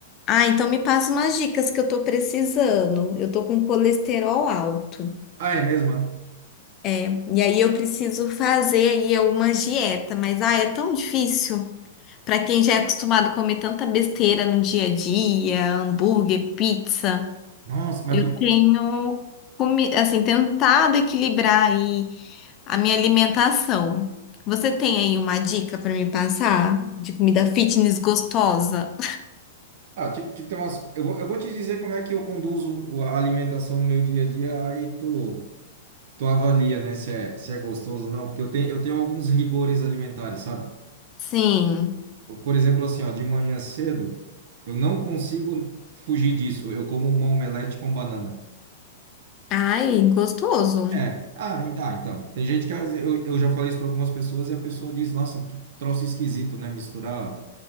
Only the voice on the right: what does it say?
Ah, é mesmo? é?
Nossa, mas
tu
Ah, tipo, tipo, tem umas, eu vou, eu vou te dizer como é que eu conduzo o- a alimentação no meu dia a dia, aí tu tu avalia, né, se é, se é gostoso ou não, porque eu tenho, eu tenho alguns rigores alimentares, sabe?
Por exemplo, assim, ó, de manhã cedo, eu não consigo fugir disso. Eu como uma omelete com banana.
É, ah, en- ah, então. Tem gente que às- eu, eu já falei isso para algumas pessoas e a pessoa diz, nossa, que troço esquisito, né? Misturar,